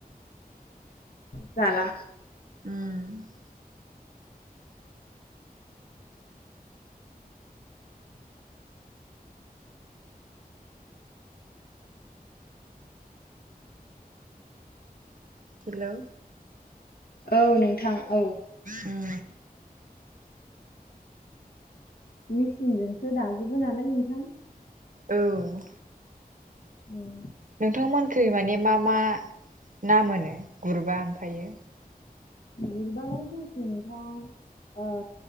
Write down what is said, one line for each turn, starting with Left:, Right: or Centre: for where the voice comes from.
Left: जाला
Right: उम हेलौ
Left: औ नोंथां औ
Right: उम
Left: मेसिनजोंसो दाजोबो नालाय नोंथां
Right: औ
Left: <inaudible>
Right: नोंथांमोनखै माने मा मा ना मोनो गुरबा ओमफ्रायो
Left: <unintelligible> ओ